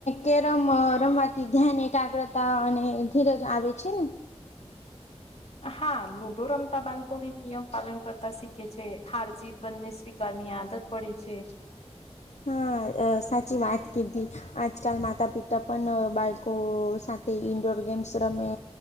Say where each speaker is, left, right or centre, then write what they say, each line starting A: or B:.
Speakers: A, on the left (about 85°); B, on the left (about 65°).
A: કેરમ રમવાથી ધ્યાન એકાગ્રતા અને ધીરજ આવે છે ને
B: હા લુડો રમતા બાળકોને નિયમ પાલન કરતા શીખે છે હાર જીત બંને સ્વીકારની આદત પડે છે
A: હા સાચી વાત કીધી આજકાલ માતા પિતા પણ બાળકો સા તે ઇન્ડોર ગેમ્સ રમે